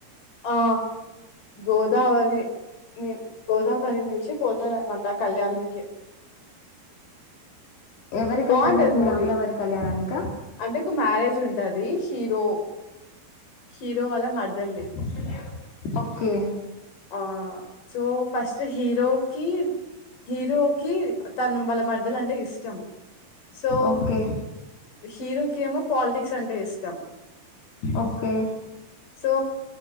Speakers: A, on the left; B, on the left.
A: ఆ గోదావరి గోదావరి నుంచి పో తామట్ట కళ్యాణంకి
B: ఎవరి కళ్యాణనికి
A: బాగుంటది మూవీ
B: రాములవారి కళ్యాణానికి
A: అంటే ఒక మ్యారేజ్ ఉంటది హీరో హీరో హీరో వాళ్ళ మరదల్ది
B: వస్తలేదు ఓకే
A: ఆ సో ఫస్ట్ హీరోకిి హీరోకి తను వాళ్ళ మరదలు అంటే ఇష్టం సో
B: ఓకే
A: హీరో ఇంకేమో పాలిటిక్స్ అంటే ఇష్టం
B: ఓకే
A: సో